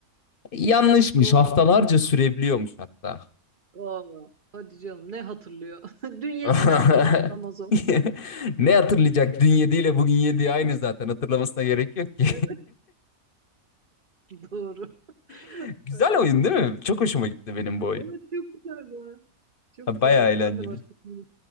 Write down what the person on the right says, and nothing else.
Doğru.
Aa, hadi canım ne hatırlıyor? <laughs> Dün yediğini
hatırlamaz o.
Evet <laughs> doğru.
Ay,
ay,
evet çok güzel ya. Çok
güzel.
Ben de başka bir şey